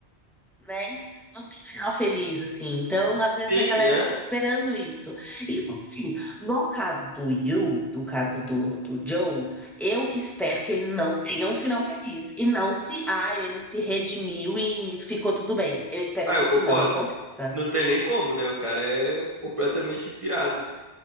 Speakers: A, in the centre; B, on the right (about 30°).
A: né? Não tem final feliz, assim. Então, às vezes
B: sim,
A: a galera
B: é.
A: fica esperando isso. E, assim, no caso do Yu, no caso do, do Joe, eu espero que ele não tenha um final feliz. E não se, ah, ele se redimiu e ficou tudo bem. Eu espero
B: Ah,
A: que
B: eu
A: isso
B: concordo.
A: não aconteça.
B: Não tem nem como, né? O cara é completamente pirado.